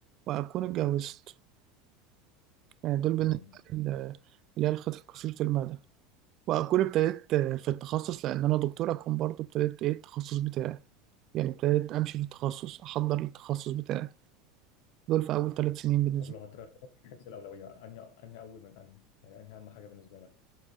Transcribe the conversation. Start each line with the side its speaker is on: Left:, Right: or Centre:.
Right: واكون اتجوزت يعني دول بالنسبه
Left: امم
Right: لي ال- اللي هي الخطط قصيره المدى واكون ابتديت آه، في التخصص لان انا دكتور اكون برضو ابتديت ايه التخصص بتاعي يعني ابتديت امشي في التخصص احضر للتخصص بتاعي دول في اول ثلاث سنين بالنسبه
Left: طب لو هترتب من حيث الأولوية أنهي أنهي أول من أنهي يعني أنهي أهم حاجة بالنسبة لك